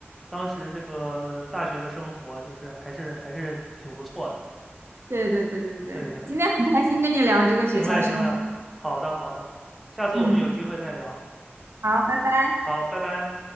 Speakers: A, in the centre; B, on the right.
A: 当时这个大学的生活，就是还是还是挺不错的。
B: 对对对对对，
A: 对的，
B: 今天很开心跟你聊这个学校生活。
A: 行嘞行嘞，好的好的，下次我们有机会再聊。
B: 嗯，好，拜拜。
A: 好，拜拜。